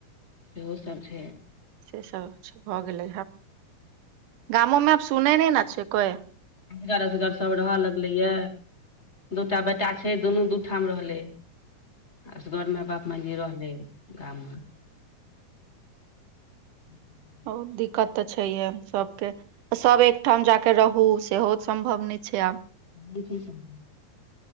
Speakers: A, on the left (about 35°); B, on the right (about 75°).
A: सेहो सब छै
B: से सभछै भऽ गेलै हे गामोमे आब सुनै नहि ने छै कोइ
A: असगर असगर सभ रहे लगले ये दूटा बेटा छै, दुनू दू ठाम रहै छै। असगर मेय बाप मे नहि रहलै गाममे <inaudible>
B: ओ दिक्कत तऽ छैहे सभके सभ एक ठाम जाके रहू सेहो सम्भव नहि छै आब।
A: कि चीज़ <unintelligible>